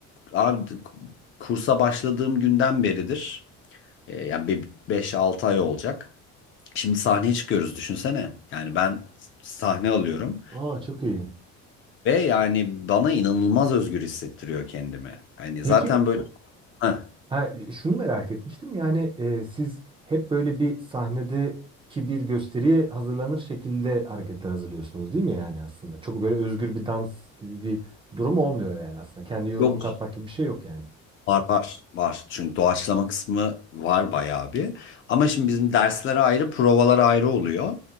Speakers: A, on the left; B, on the right.
A: abi d- kursa başladığım günden beridir. e, yani bir beş altı ay olacak. Şimdi sahneye çıkıyoruz düşünsene. Yani ben sahne alıyorum
B: Aa çok iyi.
A: ve yani bana inanılmaz özgür hissettiriyor kendimi. Hani
B: Peki
A: zaten böyle Heh,
B: Ha, e, şunu merak etmiştim yani e, siz hep böyle bir sahnedeki bir gösteriye hazırlanır şekilde hareketler hazırlıyorsunuz değil mi yani aslında? Çok böyle özgür bir dans gibi bir durum olmuyor yani aslında. Kendi yorumunu
A: yok
B: katmak gibi bir şey yok yani.
A: Var var var. Çünkü doğaçlama kısmı var bayağı bir. Ama şimdi bizim dersler ayrı, provalar ayrı oluyor.